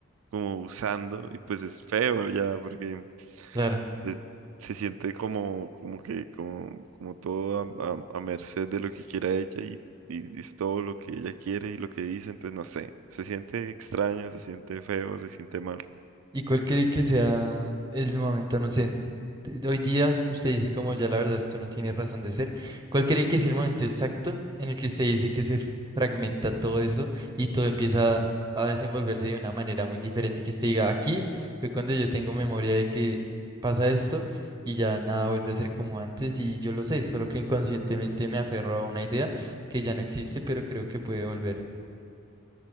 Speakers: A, on the right (about 80°); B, on the right (about 20°).
A: como usando y pues es feo ya porque
B: claro.
A: eh, se siente como, como que como, como todo a, a- a merced de lo que quiera ella y, y es todo lo que ella quiere y lo que dice, entonces no sé, se siente extraño, se siente feo, se siente mal.
B: ¿Y cuál cree que sea el momento, no sé, de- hoy día usted dice como ya la verdad esto no tiene razón de ser, ¿cuál cree que es el momento exacto en el que usted dice que se f- fragmenta todo eso y todo empieza a desenvolverse de una manera muy diferente, que usted diga, aquí fue cuando yo tengo memoria de que pasa esto y ya nada vuelve a ser como antes y yo lo sé, solo que inconscientemente me aferro a una idea que ya no existe, pero creo que puede volver.